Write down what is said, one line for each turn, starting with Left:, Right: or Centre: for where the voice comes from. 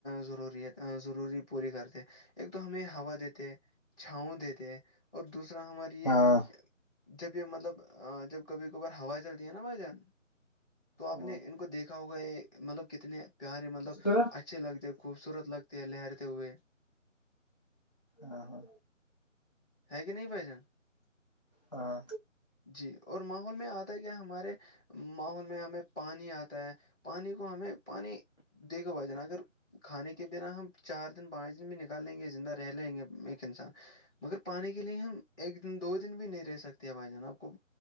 Centre: ضروریت ضروری پوری کرتے ایک تو ہمیں ہوا دیتے چھاؤں دیتے ہیں اور دوسرا ہماری یہ
Left: ہاں
Centre: جب یہ مطلب جب کبھی کبھار ہوا چلتی ہے نا بائی جان تو آپ
Left: ہاں
Centre: نے ان کو دیکھا ہوگا یہ مطلب کتنے پیارے مطلب
Left: ہاں
Centre: اچھے لگتے ہیں خوبصورت لگتے ہیں لہرتے ہوئے
Left: ہاں ہاں
Centre: ہے کہ نہیں بائ جان
Left: ہاں
Centre: جی اور ماحول میں آتا ہے کیا ہمارے ماحول میں ہمیں پانی آتا ہے پانی کو ہمیں پانی دیک کے ب جانا اگر کھانے کے بنا ہم چار دن پانچ دن بھی نکال لیں گے زندہ رہ لیں گے ایک انسان مگر پانی کے لیے ہم ایک دن دو دن بھی نہیں رہ سکتے بھائی جان آپ کو